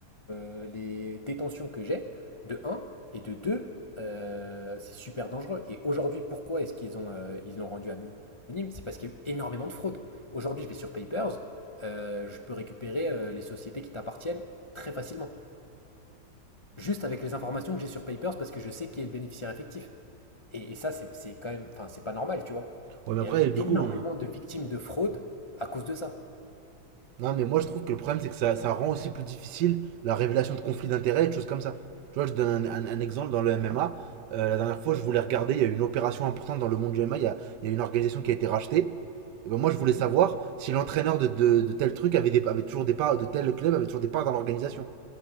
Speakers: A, on the left; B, on the right.
A: euh, les détentions que j'ai, de un et de 2, euh, c'est super dangereux. Et aujourd'hui, pourquoi est-ce qu'ils ont, euh, ils l'ont rendu anonyme C'est parce qu'il y a eu énormément de fraude. Aujourd'hui, je vais sur Papers, euh, je peux récupérer euh, les sociétés qui t'appartiennent très facilement. Juste avec les informations que j'ai sur Papers, parce que je sais qui est le bénéficiaire effectif. Et, et ça, c'est c'est quand même, enfin, c'est pas normal, tu vois.
B: Ouais, mais
A: Il
B: après,
A: y a eu
B: du
A: énormément
B: coup,
A: de victimes de fraude à cause de ça.
B: Non, mais moi je trouve que le problème c'est que ça, ça rend aussi plus difficile la révélation de conflits d'intérêts et de choses comme ça. Tu vois, je donne un, un- un exemple dans le MMA. Euh, la dernière fois, je voulais regarder, il y a eu une opération importante dans le monde du MMA, il y a, il y a une organisation qui a été rachetée. Et ben moi je voulais
A: Mhm.
B: savoir si l'entraîneur de, de, de tel truc avait, des, avait toujours des parts, de tel club avait toujours des parts dans l'organisation.